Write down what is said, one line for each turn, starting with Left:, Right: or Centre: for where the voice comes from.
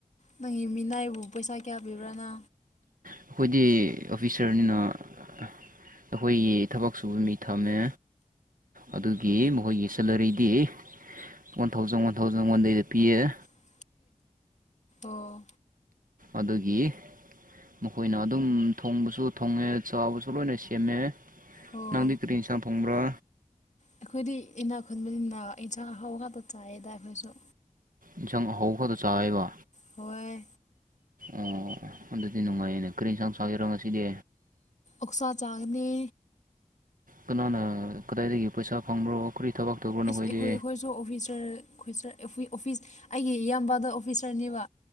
Left: ꯅꯪꯒꯤ ꯃꯤꯅꯥꯏꯕꯨ ꯄꯩꯁꯥ ꯀꯌꯥ ꯄꯤꯕ꯭ꯔꯥꯅ
Right: ꯑꯩꯈꯣꯏꯗꯤ ꯑꯣꯐꯤꯁꯥꯔꯅꯤꯅ ꯑꯩꯈꯣꯏꯒꯤ ꯊꯕꯛ ꯁꯨꯕ ꯃꯤ ꯊꯝꯃꯦ ꯑꯗꯨꯒꯤ ꯃꯈꯣꯏꯒꯤ ꯁꯦꯂꯔꯤꯗꯤ ꯋꯥꯟ ꯊꯥꯎꯖꯟ ꯋꯥꯟ ꯊꯥꯎꯖꯟ ꯋꯥꯟꯗꯩꯗ ꯄꯤꯌꯦꯦ
Left: ꯎ ꯑꯣꯣ
Right: ꯑꯗꯨꯒꯤ ꯃꯈꯣꯏꯅ ꯑꯗꯨꯝ ꯊꯣꯡꯕꯁꯨ ꯊꯣꯡꯉꯦ ꯆꯥꯎꯕꯁꯨ ꯂꯣꯏꯅ ꯁꯦꯝꯃꯦ
Left: ꯑꯣ
Right: ꯅꯗꯤ ꯀꯔꯤꯁꯥ ꯐꯣꯡꯕ꯭ꯔꯣ
Left: ꯑꯩꯈꯣꯏꯗꯤ ꯏꯅꯥ ꯈꯨꯟꯕꯅꯤꯅ ꯌꯦꯟꯁꯥꯡ ꯍꯥꯎ ꯉꯥꯛꯇ ꯆꯥꯏꯌꯦꯗ ꯑꯩꯈꯣꯏꯁꯨ
Right: ꯏꯟꯁꯥꯡ ꯑꯍꯧꯕ ꯈꯗꯣ ꯆꯥꯋꯦꯕ
Left: ꯍꯣꯏꯣꯏ
Right: ꯑꯣ ꯑꯗꯨꯗꯤ ꯅꯨꯡꯉꯥꯏꯌꯦꯅꯦ ꯀꯔꯤ ꯌꯦꯟꯁꯥꯡ ꯆꯕꯤꯔꯣ ꯉꯁꯤꯗꯤ
Left: ꯎꯛꯁꯥ ꯆꯥꯡꯅꯤ
Right: ꯀꯅꯥꯅ ꯀꯗꯥꯏꯗꯒꯤ ꯄꯩꯁꯥ ꯐꯪꯕ꯭ꯔꯣ ꯀꯔꯤ ꯊꯕꯛ ꯇꯧꯕ꯭ꯔꯣ ꯅꯈꯣꯏꯗꯤ
Left: ꯏꯁ ꯑꯩꯈꯣꯏ ꯑꯩꯈꯣꯏꯁꯨ ꯑꯣꯐꯤꯁꯔ ꯑꯣꯐꯤꯁ ꯑꯩꯒꯤ ꯏꯌꯥꯝꯕꯗ ꯑꯣꯐꯤꯁꯔꯅꯦꯕ